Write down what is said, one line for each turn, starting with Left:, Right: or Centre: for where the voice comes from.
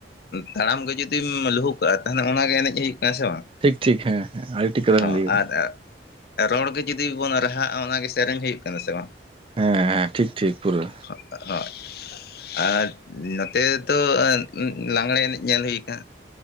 Left: ᱛᱟᱲᱟᱢ ᱜᱮ ᱡᱩᱫᱤᱢ ᱞᱩᱦᱩᱠ ᱛᱚᱦᱞᱮ ᱚᱱᱟᱜᱮ ᱮᱱᱮᱡ ᱦᱩᱭᱩᱜ ᱠᱟᱱᱟ ᱥᱮ ᱵᱟᱝ
Right: ᱴᱷᱤᱠ ᱴᱷᱤᱠ ᱦᱮᱸᱮ ᱟᱹᱰᱤ ᱴᱷᱤᱠ ᱠᱟᱛᱷᱟ
Left: ᱦᱚᱸ
Right: ᱵᱮᱱ ᱞᱟᱹᱭ ᱠᱟᱫᱟ
Left: ᱨᱚᱲ ᱜᱮ ᱡᱩᱫᱤ ᱵᱚᱱ ᱨᱟᱦᱟᱜᱼᱟ ᱚᱱᱟᱜᱮ ᱥᱮᱨᱮᱧ ᱦᱩᱭᱩᱜ ᱠᱟᱱᱟ ᱥᱮ ᱵᱟᱝ
Right: ᱦᱮᱸ ᱦᱮᱸ ᱴᱷᱤᱠ ᱴᱷᱤᱠ ᱯᱩᱨᱟᱹ
Left: ᱦᱳᱭ ᱟᱨ ᱱᱚᱛᱮ ᱫᱚ ᱞᱟᱜᱽᱬᱮ ᱮᱱᱮᱡ ᱧᱮᱞ ᱦᱩᱭᱩᱜᱼᱟ